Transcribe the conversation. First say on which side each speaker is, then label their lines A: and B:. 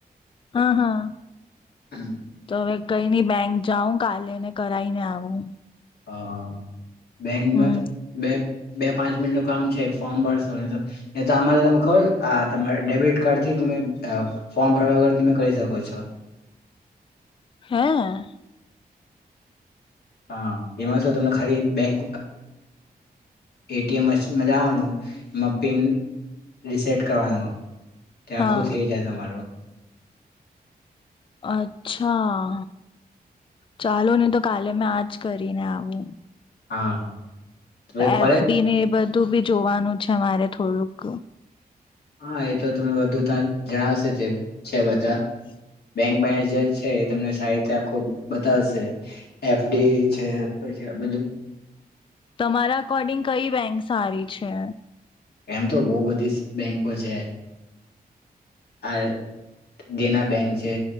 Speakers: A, on the left (about 30°); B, on the left (about 85°).
A: હા હા.
B: હમ.
A: તો હવે કઈ નહીં બેંક જાઉં કાલે ને કરાઈને આવું.
B: હા. બેંકમાં
A: હમ
B: બે બે- પાંચ મિનિટ નું કામ છે ફોર્મ ભરશો ન તો ન તો આરે તમે ખ આ તમારા ડેબિટ કાર્ડ થી તમે ફોર્મ ભરવા વગર તમે કરી શકો છો.
A: હા.
B: હા એમાં શું તમને ખાલી bank A T M machine જવાનું, એમાં પિન રિસેટ કરવાનું. તે આખું
A: હા
B: થઈ જાય તમારું.
A: અચ્છા, ચાલો નહીં તો કાલે મેં આજ કરીને આવું.
B: હા. તો કોલેજ
A: એફ ડી ને એ બધું બધું બી જોવાનું છે મારે થોડુંક.
B: હા એ તો તમને વધુ ત્યાં જણાવશે તે છે બધા.
A: <inaudible>
B: એક મેનેજર છે એ તમને સારી રીતે આખું બતાવશે, એફડી છે પછી બધું
A: તમારા અકોર્ડિંગ કઈ બેંક સારી છે?
B: એમ તો બહુ બધી બેંકો છે. આ દેના બેંક છે,